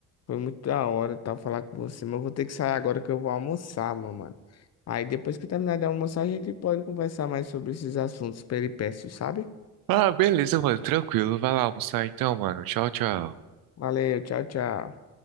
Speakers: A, on the left (about 45°); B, on the right (about 75°).
A: foi muito da hora e tal falar com você, mas eu vou ter que sair agora que eu vou almoçar, meu mano. Aí depois que eu terminar de almoçar, a gente pode conversar mais sobre esses assuntos peripécios, sabe?
B: Ah, beleza, mano. Tranquilo. Vai lá almoçar então, mano. Tchau, tchau.
A: Valeu, tchau, tchau.